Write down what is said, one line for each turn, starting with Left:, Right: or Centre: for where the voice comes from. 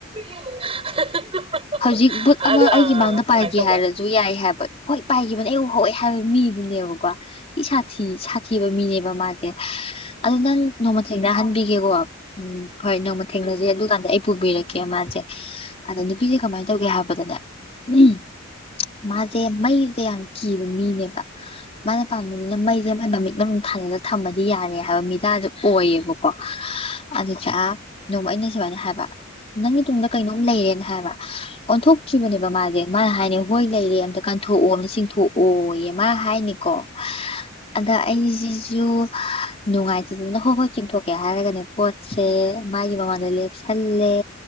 Right: <unintelligible>
Left: ꯍꯧꯖꯤꯛ ꯕꯨꯠ ꯑꯃ
Right: ꯑꯗꯨ
Left: ꯑꯩꯒꯤ
Right: ꯑꯥ ꯑꯥ
Left: ꯃꯥꯡꯗ
Right: ꯑꯗꯨꯃꯥꯏꯅ
Left: ꯄꯥꯏꯒꯦ
Right: ꯇꯧꯕ
Left: ꯍꯥꯏꯔꯁꯨ ꯌꯥꯏ ꯍꯥꯏꯕ ꯍꯣꯏ ꯄꯥꯏꯈꯤꯕꯅꯦ ꯑꯩ ꯎ ꯍꯧꯋꯦ ꯃꯤꯗꯨꯅꯦꯕꯀꯣ ꯊꯤ ꯁꯥꯊꯤ ꯊꯤꯕ ꯃꯤꯅꯦꯕ ꯃꯥꯁꯦ ꯑꯗꯨ ꯅꯪ ꯅꯣꯡꯃꯊꯦꯡꯅꯍꯟꯕꯤꯒꯦꯀꯣ ꯎꯝ ꯍꯣꯏ ꯅꯣꯡꯃ ꯊꯦꯡꯅꯖꯩ ꯑꯗꯨ ꯀꯥꯟꯗ ꯑꯩ ꯄꯨꯕꯤꯔꯛꯀꯦ ꯃꯥꯁꯦ ꯑꯗ ꯅꯨꯄꯤꯁꯦ ꯀꯃꯥꯏꯅ ꯇꯧꯒꯦ ꯍꯥꯏꯕꯗꯅꯦ ꯎꯝ ꯃꯥꯖꯦ ꯃꯩꯁꯦ ꯀꯤ ꯃꯤꯅꯦꯕ ꯃꯥꯅ ꯄꯥꯝꯕꯅꯤꯅ ꯃꯩꯁꯦ ꯃꯃꯤꯠ ꯃꯅꯨꯡꯗ ꯊꯥꯖꯟꯂ ꯊꯝꯕ ꯌꯥꯔꯦ ꯍꯥꯏꯕ ꯃꯤꯗꯗꯣ ꯑꯣꯏꯌꯦꯕꯀꯣ ꯑꯗꯨ ꯅꯣꯡꯃ ꯑꯩꯅ ꯁꯨꯃꯥꯏꯅ ꯍꯥꯏꯕ <unintelligible> ꯅꯪꯒꯤ ꯇꯨꯡꯗ ꯀꯩꯅꯣꯝ ꯂꯩꯔꯦꯅ ꯍꯥꯏꯕ ꯑꯣꯟꯊꯣꯛꯇ꯭ꯔꯤꯕꯅꯦꯕ ꯃꯥꯁꯦ ꯃꯥꯅ ꯍꯥꯏꯅꯤ ꯍꯣꯏ ꯂꯩꯔꯦ ꯑꯝꯇ ꯀꯟꯊꯣꯛ ꯆꯊꯣꯛꯑꯣ ꯑꯃ ꯆꯤꯡꯊꯣꯛꯑꯣ ꯑꯃ ꯍꯥꯏꯅꯤꯀꯣ ꯑꯗ ꯑꯩꯁꯤꯁꯨ ꯍꯥ ꯅꯨꯡꯉꯥꯏꯗꯗꯅ ꯍꯣꯏ ꯍꯣꯏ ꯆꯤꯡꯊꯣꯛꯀꯦ ꯍꯥꯏꯔꯒꯅꯦ ꯄꯣꯠꯁꯦ ꯃꯥꯒꯤ ꯃꯃꯥꯟꯗ ꯂꯦꯞꯁꯜꯂꯦ